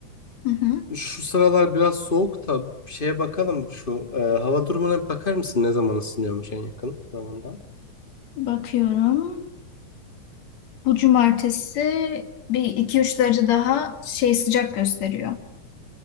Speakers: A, on the left; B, on the left.
A: Hı hı.
B: Şu sıralar biraz soğuk da şeye bakalım şu e, hava durumuna bir bakar mısın ne zaman ısınıyormuş en yakın zamanda?
A: Bakıyorum. Bu cumartesi bir iki üç derece daha şey sıcak gösteriyor.